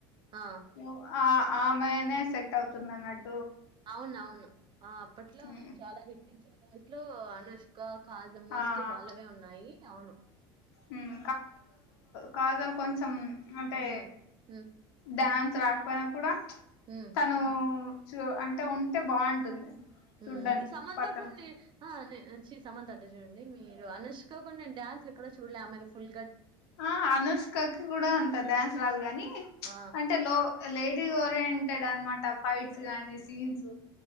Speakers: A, on the right; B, on the left.
A: ఆ!
B: ఊ ఆ ఆమెనే సెట్ అవుతుందిన్నట్టు
A: అవున అవును అప్పట్లో
B: ఉమ్
A: చాలా టిచర్ గాజు ఇట్లో అనుష్క కాజా మోస్ట్లీ
B: ఆ
A: వాళ్ళవే ఉన్నాయి అవును
B: ఉమ్ కాజలు కొంచెం ఉమ్ అంటే
A: హ్మ్. హ్మ్.
B: డ్యాన్స్ రాకపోయినా కూడా
A: హ్మ్.
B: తను చూ అంటే ఉంటే బాగుంటుంది చూడ్డానికి
A: ఉ సమంత
B: పక్కన
A: కూడా నే ఆ నే సమంత అడ్ చూడి మీరు అనుష్కోకుడా నేను డ్యాన్స్ ఎక్కడ చూడలే ఆమె మీది ఫుల్
B: ఆ అనుష్కకి కూడా అంత డ్యాన్స్ రాదు గాని
A: ఆ!
B: అంటే లో లేడీ ఓరియంటెడ్ అనమాట ఫైట్స్ గానీ సీన్స్